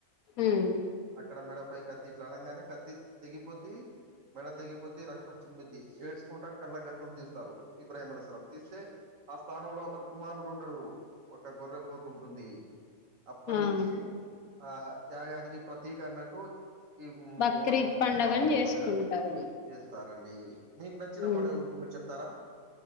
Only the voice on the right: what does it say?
అక్కడ మెడపై కత్తి ఇట్లా అనగానే కత్తి తెగిపోద్ది మెడ తెగిపోద్ది రక్తం చిమ్మిద్ది ఏడ్చుకుంటా కళ్ళ గంతులు తీస్తారు ఇబ్రాహీం అలలం తీస్తే ఆ స్థానంలో అతన కుమారుడు ఉండడు ఒక గొర్రెపోతు ఉంటుంది అప్పడు
నుంచి ఆ త్యాగానికి ప్రతీక అన్నట్టు ఈ
మొహరం
బక్రీద్
పండగ చేస్తారు రండి మీకు నచ్చిన
పండుగ గురించి మీరు చెప్తారా